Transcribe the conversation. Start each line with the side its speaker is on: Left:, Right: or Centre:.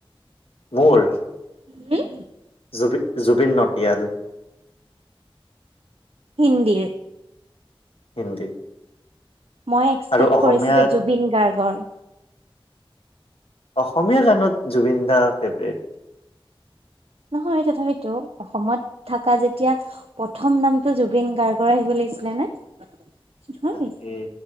Left: মোৰ?
Right: হম?
Left: জ জুবিন নটিয়াল।
Right: হিন্দী?
Left: হিন্দী।
Right: মই এক্সপেক্ট
Left: আৰু অসমীয়াত
Right: কৰিছিলো জুবিন গাৰ্গৰ।
Left: অসমীয়া গানত জুবিন দা ফেভৰেট।
Right: নহয় তথাপিতো। অসমত থকা যেতিয়া প্ৰথম নামটো জুবিন গাৰ্গৰ আহিব লাগিছিলে নে। নহয়?
Left: তাকে।